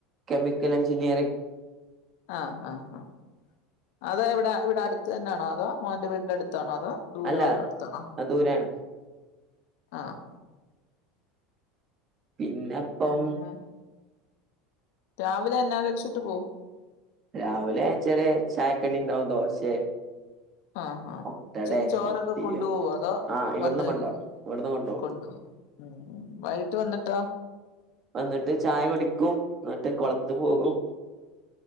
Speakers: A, on the right; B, on the left.
A: കെമിക്കൽ എഞ്ചിനീയറിങ്. <inaudible>
B: ആഹ് ആഹ് ആഹ് അത് ഇവടെ ഇവടെ അടുത്ത് തന്നെയാണോ. അതോ മോന്റെ വീട് ന്റെ അടു ത്താണോ. അതോ ദൂര
A: അല്ല
B: വല്ലോട്ത്ത്ന്നാണോ
A: ദൂരാണ്
B: ആഹ്
A: പിന്നെ പ്പം
B: പിന്നെ രാവിലെ എന്നാ കഴിച്ചു? <unintelligible>
A: രാവിലെ ചെറിയ ചായക്കടിണ്ടാവും ദോശേ
B: ആഹ് ആ,
A: മുട്ടടെ
B: ഉച്ചക്ക് ചോറൊക്കെ
A: പത്തിരിയോ
B: കൊണ്ടുപോവോ, അതോ
A: ആഹ് ഇവിടന്ന്
B: വന്ന് കൈ
A: കൊണ്ടോവും ഇവിടന്ന് കൊണ്ടോവും
B: കൊണ്ട് പോവും ഹ്മ്മ് വൈകി ട്ട് വന്നിട്ടോ
A: വന്നിട്ട് ചായ കുടിക്കു ന്നിട്ട് കൊളത്ത് പോകും